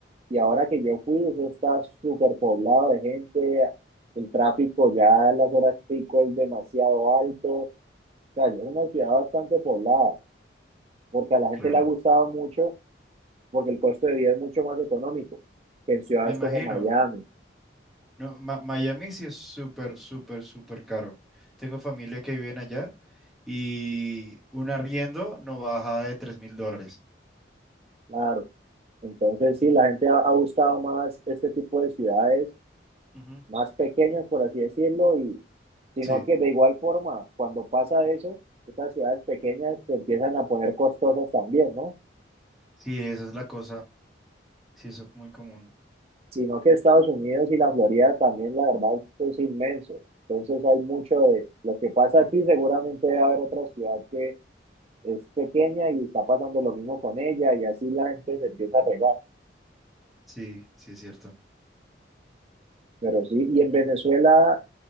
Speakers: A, on the right (about 35°); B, in the centre.
A: Y ahora que yo fui, eso está súper poblado de gente, el tráfico ya a las horas pico es demasiado alto, o sea, es una ciudad bastante poblada, porque a la gente
B: claro.
A: le ha gustado mucho, porque el costo de vida es mucho más económico que en ciudades
B: Me imagino.
A: como Miami,
B: No, Ma- Miami sí es súper, súper, súper caro. Tengo familia que viven allá y un arriendo no baja de tres mil dólares.
A: claro. Entonces, sí, la gente ha, ha gustado más este tipo de ciudades
B: Ujú.
A: más pequeñas, por así decirlo, y sino
B: Sí,
A: que de igual forma, cuando pasa eso, estas ciudades pequeñas se empiezan a poner costosas también, ¿no?
B: sí, esa es la cosa. Sí, eso es muy común.
A: sino que Estados Unidos y la Florida también, la verdad, esto es inmenso. Entonces hay mucho de lo que pasa aquí, seguramente debe haber otra ciudad que es pequeña y está pasando lo mismo con ella y así la gente se empieza a regar.
B: Sí, sí, es cierto.
A: Pero sí, ¿y en Venezuela